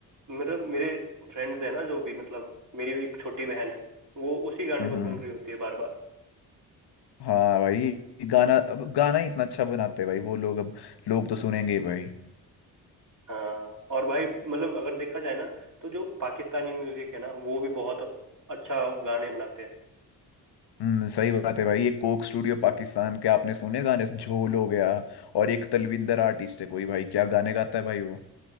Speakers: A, on the right; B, on the left.
A: मेरे मेरे फ्रेंड्स है ना जो भी मतलब मेरी भी एक छोटी बहन है वो उसी गाने
B: हम्म
A: को सुन
B: हम्म।
A: रही होती है बार बार
B: हाँ भाई ये गाना अब गाना ही इतना अच्छा बनाते हैं भाई वो लोग अब लोग तो सुनेंगे ही भाई
A: हाँ और भाई मतलब अगर देखा जाए ना तो जो पाकिस्तानी म्यूजिक है ना वो भी बहुत अच्छा गाने बनाते हैं
B: हम्म सही बात है भाई ये कोक स्टूडियो पाकिस्तान के आपने सुने गाने झोल हो गया और एक तलविंदर आर्टिस्ट है कोई भाई क्या गाने गाता है भाई वो